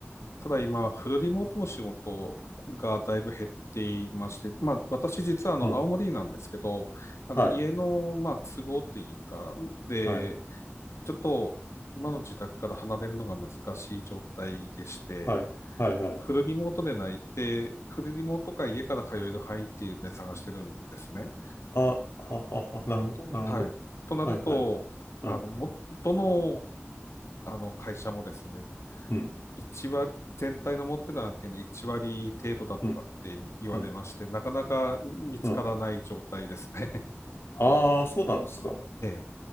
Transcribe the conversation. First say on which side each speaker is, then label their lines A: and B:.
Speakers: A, on the left; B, on the left.
A: ただ今、フルリモートの仕事がだいぶ減っていまして、まあ、私実はあの、
B: うん、
A: 青森なんですけど、あの、
B: はい、
A: 家の、まあ、都合っていうか、で、
B: はい、
A: ちょっと今の自宅から離れるのが難しい状態でして、
B: はい、はい、はい。
A: フルリモートでない、で、フルリモートか家から通える範囲っていうので探してるんですね。
B: あ、あ、あ、あなるほど、なるほど。
A: はい。となると、
B: はい、はい。うん、
A: あの、も、どの、あの会社もですね、
B: うん、
A: 一割、全体の持ってた案件の1割程度だとかって言われまして、
B: うん、うん、
A: なかなか見つからない状態ですね。
B: うん。
A: <laughs>
B: ああ、そうなんですか。
A: ええ。